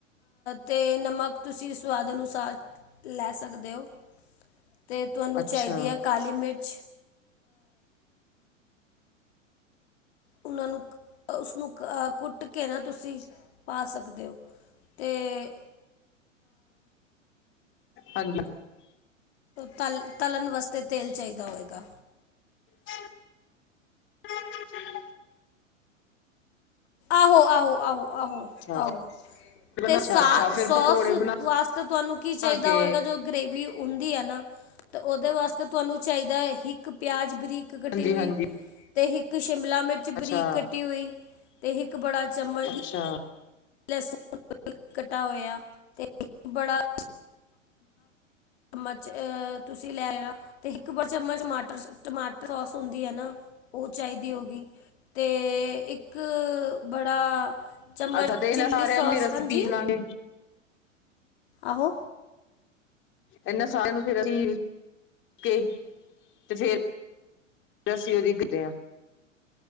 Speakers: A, on the left; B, on the left.
A: ਤੇ ਨਮਕ ਤੁਸੀਂ ਸਵਾਦ ਅਨੁਸਾਰ ਲੈ ਸਕਦੇ ਹੋ ਅਤੇ ਤੁਹਾਨੂੰ
B: ਅੱਛਾ,
A: ਚਾਹੀਦੀ ਹੈ ਕਾਲੀ ਮਿਰਚ ਉਹਨਾਂ ਨੂੰ ਉਸਨੂੰ ਅ ਕੁੱਟ ਘੇ ਨਾ ਤੁਸੀਂ ਪਾ ਸਕਦੇ ਹੋ ਅਤੇ
B: ਹਾਂਜੀ
A: ਤਲ ਤਲਣ ਵਾਸਤੇ ਤੇਲ ਚਾਹੀਦਾ ਹੋਏਗਾ
B: <inaudible>
A: ਆਹੋ-ਆਹੋ-ਆਹੋ-ਆਹੋ-ਆਹੋ
B: ਅੱਛਾ,
A: ਤੇ
B: ਅੱਛਾ,
A: ਸਾ
B: ਅੱਛਾ ਫਿਰ
A: ਸੋਸ
B: ਪਕੌੜੇ ਬਣਾ
A: ਵਾਸਤੇ ਤੁਹਾਨੂੰ ਕੀ ਚਾਹੀਦਾ
B: ਕੇ
A: ਹੋਵੇਗਾ ਜੋ ਗਰੇਵੀ ਹੁੰਦੀ ਆ ਨਾ ਤੇ ਉਹਦੇ ਵਾਸਤੇ ਤੁਹਾਨੂੰ ਚਾਹੀਦਾ ਇੱਕ ਪਿਆਜ਼ ਬਰੀਕ
B: ਹਾਂਜੀ,
A: ਕੱਟੀ ਹੋਈ
B: ਹਾਂਜੀ
A: ਤੇ ਇੱਕ ਸ਼ਿਮਲਾ ਮਿਰਚ
B: ਅੱਛਾ,
A: ਬਰੀਕ ਕੱਟੀ ਹੋਈ ਇੱਕ ਬੜਾ ਚਮਚ
B: ਅੱਛਾ।
A: ਲੈਸ ਕੱਟਾ ਹੋਇਆ ਤੇ ਇਕ ਬੜਾ <inaudible> ਚਮਚ ਅ--ਤੁਸੀਂ ਲੈ ਆ ਤੇ ਇੱਕ ਵੱਡਾ ਚਮਚ ਟਮਾਟਰ ਸੋਸ ਹੁੰਦੀ ਹੈ, ਨਾ ਉਹ ਚਾਹੀਦੀ ਹੋ ਗਈ। ਤੇ ਇੱਕ ਬੜਾ ਚਮਚ
B: ਅੱਛਾ ਤੇ ਇਹਨਾਂ
A: ਚਿੱਲੀ
B: ਸਾਰਿਆਂ
A: ਸੋਸ
B: ਨੂੰ ਫਿਰ ਅਸੀਂ ਪੀਸ
A: ਹਾਂਜੀ।
B: ਲਾਂਗੇ
A: ਆਹੋ
B: ਇਹਨਾਂ ਸਾਰਿਆਂ ਨੂੰ ਫਿਰ--ਅਸੀਂ ਕੇ ਤੇ ਫੇਰ ਅਸੀਂ ਉਹਦੀਦੇ ਹਾਂ।